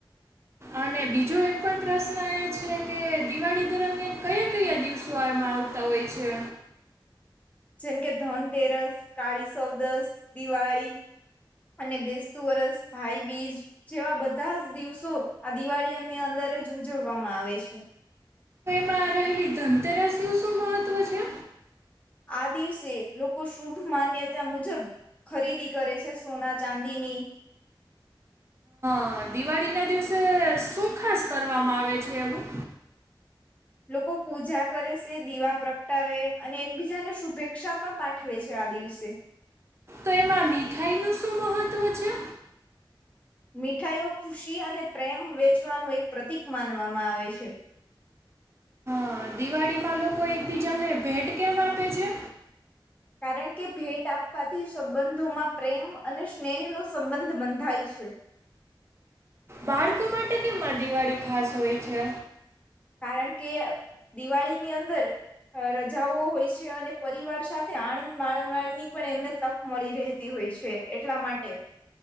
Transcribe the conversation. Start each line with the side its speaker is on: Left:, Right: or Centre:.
Right: અને બીજો એક પણ પ્રશ્ન એ છે કે દિવાળી દરમિયાન કયા કયા દિવસો એમાં આવતા હોય છે?
Left: જેમ કે ધનતેરસ, કાળી સૌદસ, દિવાળી અને બેસતુ વરસ ભાઈબીજ જેવા બધા જ દિવસો આ દિવાળીની અંદર જ ઉજવવામાં આવે છે.
Right: મા રહેલી ધનતેરસનું શું મહત્વ છે?
Left: આ દિવસે લોકો શુભ માન્યતા મુજબ ખરીદી કરે છે સોના ચાંદીની
Right: અ દિવાળીના દિવસે શું ખાસ કરવામાં આવે છે એવું?
Left: લોકો પૂજા કરે શે દીવા પ્રગટાવે અને એકબીજાને શુભેચ્ક્ષા પણ પાઠવે છે આ દિવસે.
Right: તો એમાં મીઠાઈનું શું મહત્ત્વ છે?
Left: મીઠાઈઓ ખુશી અને પ્રેમ વેચવાનું એક પ્રતિક માનવામાં આવે શે.
Right: અ દિવાળીમાં લોકો એકબીજાને ભેટ કેમ આપે છે?
Left: કારણ કે ભેટ આપવાથી સંબંધોમાં પ્રેમ અને સ્નેહનો સંબંધ બંધાય છે.
Right: બાળકો માટે કેમ આ દિવાળી ખાસ હોય છે?
Left: કારણ કે દિવાળીની અંદર અ રજાઓ હોય છે અને પરિવાર સાથે આણંદ માણવાની પણ એમને તક મળી રહેતી હોય છે એટલા માટે.